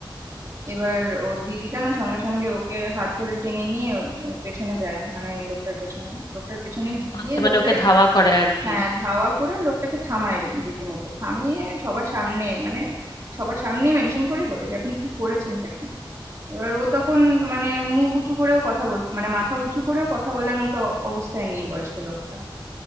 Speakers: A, on the right; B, on the left.
A: এবার ওর দিদিটা না সঙ্গে সঙ্গে ওকে হাত ধরে টেনে নিয়ে ওর পেছনে যায় মানে ওই লোকটার পেছনে লোকটার পেছনে গিয়ে
B: আচ্ছা মানে
A: লোকটাকে
B: ওকে ধাওয়া করে আর কি
A: হ্যাঁ ধাওয়া করে লোকটাকে থামায় রী- রীতিমতো থামিয়ে সবার সামনে মানে সবার সামনে মেনশন করে বলে যে আপনি কি করেছেন তাকে এবার ও তখন মানে মুখ উঁচু করেও কথা বল মানে মাথা উঁচু করেও কথা বলার মতো অবস্থায় নেই বয়স্ক লোকটা